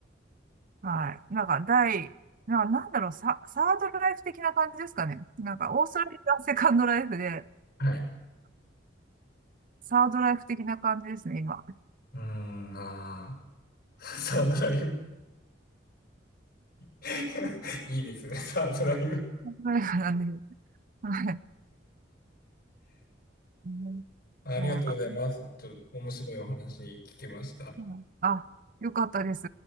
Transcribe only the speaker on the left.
はい。
うーん、ああ、サードライブ。<laughs> いいですね、サードライブ。
ありがとうございます。
ちょっと面白いお話聞けました。